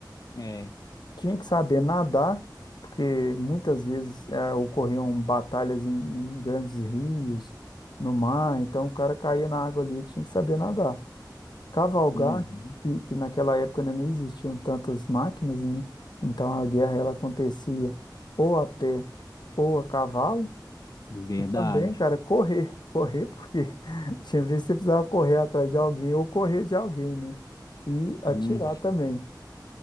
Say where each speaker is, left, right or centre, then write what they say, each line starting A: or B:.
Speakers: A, on the left; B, on the left.
A: É.
B: tinha que saber nadar, porque muitas vezes eh, ocorriam batalhas em, em grandes rios, no mar, então o cara caía na água ali, tinha que saber nadar. Cavalgar,
A: Uhum,
B: que, que naquela época ainda não existiam tantas máquinas, né? Então a guerra ela acontecia ou a pé ou a cavalo,
A: verdade.
B: e também, cara, correr. Correr, porque <laughs> tinha vezes que você precisava correr atrás de alguém ou correr de alguém, né? E atirar
A: Uhum.
B: também.